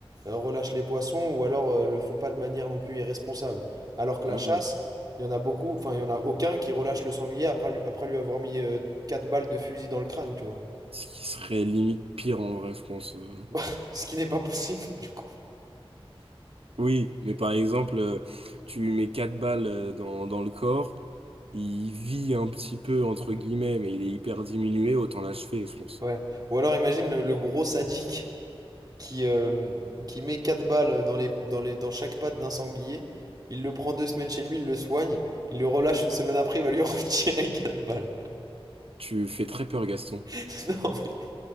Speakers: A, on the right; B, on the right.
A: euh, relâchent les poissons ou alors euh, le font pas de manière non plus irresponsable. Alors que
B: ouais,
A: la chasse,
B: ouais.
A: il y en a beaucoup, enfin il y en a aucun qui relâche le sanglier après, lui- après lui avoir mis euh, quatre balles de fusil dans le crâne, tu vois.
B: Ce qui serait limite pire en vrai, je pense. euh.
A: <laughs> Ce qui n'est pas possible, du coup.
B: Oui, mais par exemple, euh, tu lui mets quatre balles euh, dans, dans le corps, il vit un petit peu, entre guillemets, mais il est hyper diminué, autant l'achever, je pense.
A: Ouais. Ou alors imagine le le gros sadique. qui, euh, qui met 4 balles dans, les, dans, les, dans chaque patte d'un sanglier. Il le prend deux semaines chez lui, il le soigne, il le relâche une semaine après, il va lui <laughs> retirer 4 balles.
B: Tu fais très peur, Gaston.
A: <laughs> Non mais,